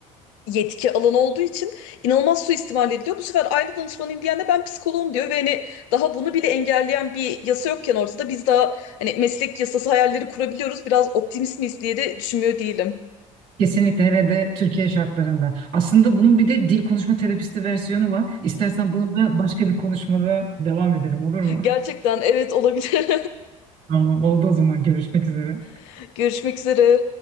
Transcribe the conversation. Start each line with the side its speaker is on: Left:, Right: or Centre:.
Left: yetki alanı olduğu için inanılmaz suistimal ediliyor. Bu sefer aile danışmanıyım diyen de ben psikoloğum diyor ve hani daha bunu bile engelleyen bir yasa yokken ortada biz daha hani meslek yasası hayalleri kurabiliyoruz. Biraz optimist miyiz diye de düşünmüyor değilim.
Right: Kesinlikle hele de Türkiye şartlarında. Aslında bunun bir de dil konuşma terapisti versiyonu var. İstersen bunu da başka bir konuşmada devam edelim olur mu?
Left: Gerçekten evet olabilir.
Right: Tamam oldu o zaman görüşmek üzere.
Left: <laughs> Görüşmek üzere.